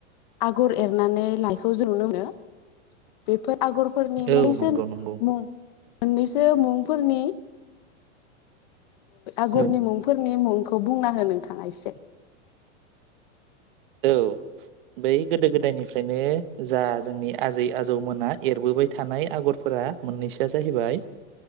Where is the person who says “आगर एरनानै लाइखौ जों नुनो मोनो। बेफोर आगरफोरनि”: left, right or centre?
Left